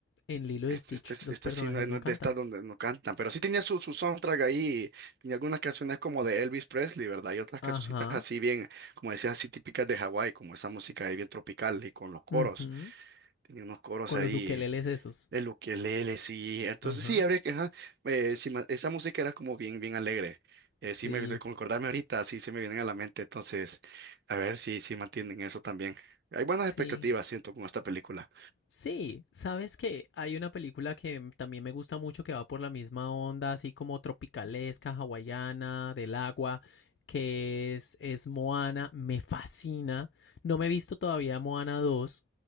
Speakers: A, on the left; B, on the right.
A: en Lilo
B: Este,
A: y Stitch
B: este, es-
A: los
B: esta
A: personajes
B: sí no, es no
A: no
B: es
A: cantan.
B: de estas donde no cantan, pero sí tenía su, su soundtrack ahí, tenía algunas canciones como de Elvis Presley, ¿verdad? Y otras cancioncitas
A: Ajá.
B: así bien, como decías, así típicas de Hawái, como esa música ahí bien tropical y con los coros.
A: ujú,
B: Tenía unos coros
A: Con
B: ahí
A: los ukeleles esos.
B: El ukelele, sí. Entonces,
A: Ajá.
B: sí, habría que, ajá, eh, sí, ma- esa música era como bien, bien alegre. Eh,
A: Sí,
B: sí, me, con acordarme ahorita, sí, se me vienen a la mente. Entonces, a ver si, si mantienen eso también. Hay buenas
A: sí.
B: expectativas, siento, con esta película.
A: Sí, sabes que hay una película que también me gusta mucho que va por la misma onda, así como tropicalesca, hawaiana, del agua, que es, es Moana, me fascina. No me he visto todavía Moana 2,